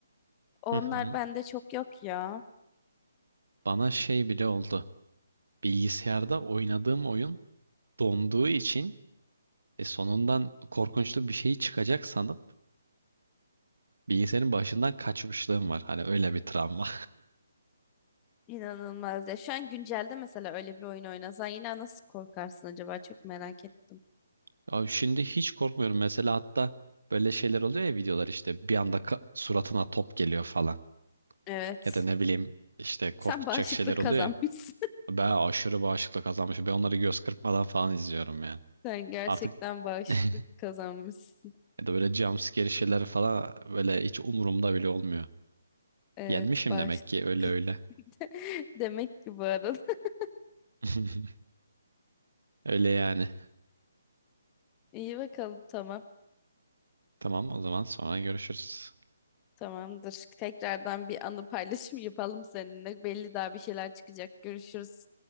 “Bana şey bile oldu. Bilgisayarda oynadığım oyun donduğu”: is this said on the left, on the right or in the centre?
Right